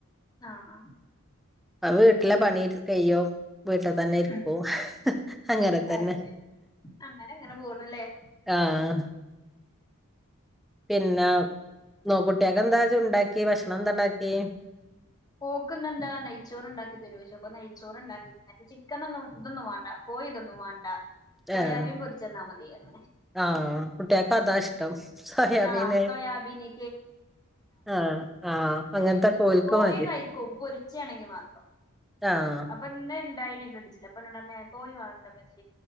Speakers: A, on the left (about 20°); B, in the centre.
A: ആഹ് അഹ്
B: അഹ് വീട്ട്ലെ പണി <unintelligible> കയ്യും വീട്ട് തെന്നെ ഇര്ക്കും
A: ഉം
B: അങ്ങനെ തന്നെ
A: അത് ശരി അങ്ങനെ അങ്ങനെ പോണല്ലേ
B: ആഹ് പിന്നെ നോ കുട്ടിയാക്ക് എന്താ ഉണ്ടാക്കെ ഭക്ഷണം എന്താ ഇണ്ടാക്കെ
A: ഓക്ക് ഇന്ന് എന്താ നെയ്ച്ചോറ് ഇണ്ടാക്കി തെരോയ്ച്ച് അപ്പ നെയ്ച്ചോറ് ഇണ്ടാക്കി ഞങ്ങക്ക് ചിക്കനൊന്നും ഇതൊന്നും വാണ്ടാ കോഴി ഇതൊന്നും വാണ്ടാ സോയാബീൻ
B: ഏഹ്
A: പൊര്ച്ചെന്നാ മതി പർണ്
B: ആഹ് കുട്ടിയാക്ക് അതാ ഇഷ്ടം സോയാബീൻ
A: ആഹ് സോയാബീന്
B: ആഹ് ആഹ്
A: അങ്ങനെ
B: അങ്ങനത്തൊക്കെ
A: ഒക്കെ
B: ഓൽക്ക്
A: കോഴി
B: മതി
A: കഴിക്കും പൊരിച്ചെ ആണെങ്കി മാത്രം
B: ആഹ്
A: അപ് പ്പം ഇന്ന് ഇണ്ടായിനി ഫ്രിഡ്ജ്ൽ അപ്പ ഇന്നോട് പർൺ കോഴി വാണ്ട ഇമ്മച്ചെ